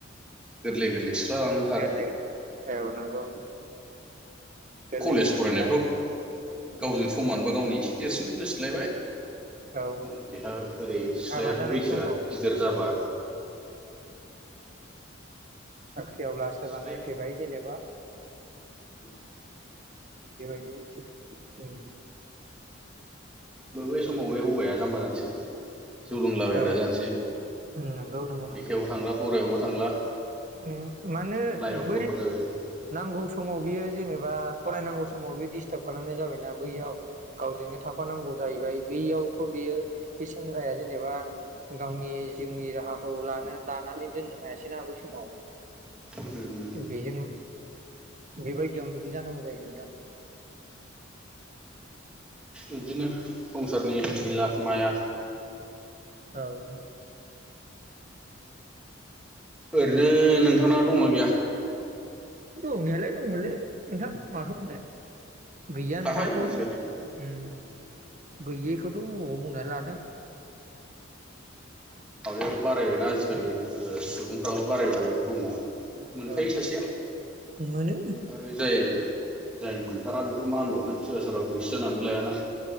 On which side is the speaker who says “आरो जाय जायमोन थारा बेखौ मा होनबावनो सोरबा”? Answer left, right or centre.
Centre